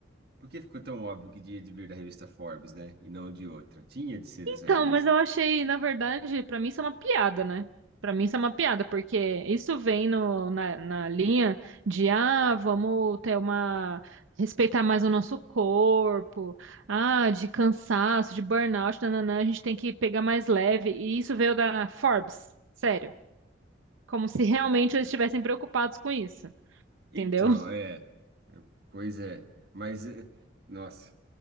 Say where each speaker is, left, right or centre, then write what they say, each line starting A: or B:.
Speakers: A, on the right (about 55°); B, on the right (about 85°).
A: Por que ficou tão óbvio que tinha de vir da revista Forbes, né? E não de outra? Tinha de ser
B: Então,
A: dessa revista.
B: mas eu achei, na verdade, pra mim isso é uma piada, né? Pra mim isso é uma piada, porque isso vem no, na, na linha de, ah, vamos ter uma, respeitar mais o nosso corpo, ah, de cansaço, de burnout, nananã, a gente tem que pegar mais leve, e isso veio da Forbes, sério, como se realmente eles estivessem preocupados com isso, entendeu?
A: Então,
B: <laughs>
A: é. Pois é. Mas. é, Nossa.